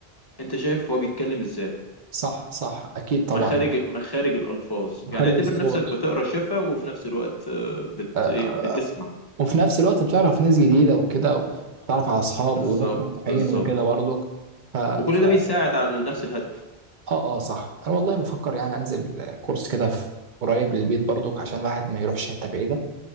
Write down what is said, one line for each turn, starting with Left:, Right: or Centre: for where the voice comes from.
Left: انت شايف هو بيتكلم ازاي
Right: صح صح اكيد طبعا
Left: مخارج مخارج الألفاظ
Right: مخارج
Left: يعني اعتبر
Right: الصوت
Left: نفسك بتقرا شفا وفي نفس الوقت آه، بت...
Right: آه،
Left: إيه، بتسمع
Right: وفي نفس الوقت بتعرف ناس جديده وكده وبتعرف على اصحاب
Left: بالظبط
Right: وناس طموحين
Left: بالظبط
Right: وكده برضك ف...
Left: وكل
Right: ف...
Left: ده بيساعد على نفس الهدف
Right: اه اه صح انا والله بفكر يعني انزل آه، كورس كده في قريب للبيت برضك عشان الواحد ما يروحش حته بعيده